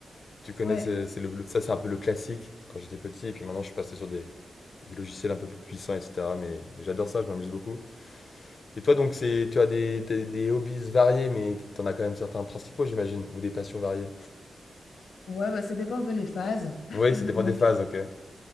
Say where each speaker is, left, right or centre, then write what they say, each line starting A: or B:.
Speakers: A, on the left; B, on the left.
A: tu connais,
B: Ouais,
A: c'est, c'est le, le- ça c'est un peu le classique quand j'étais petit. Et puis maintenant, je suis passé sur des, des logiciels un peu plus puissants, etc. Mais, mais j'adore ça, je m'amuse beaucoup. Et toi, donc, c'est, tu as des, des, des hobbies variés, mais t'en as quand même certains principaux, j'imagine, ou des passions variées.
B: ouais, bah, ça dépend un peu les phases. <laughs>
A: Oui, ça dépend
B: Donc,
A: des phases, ok.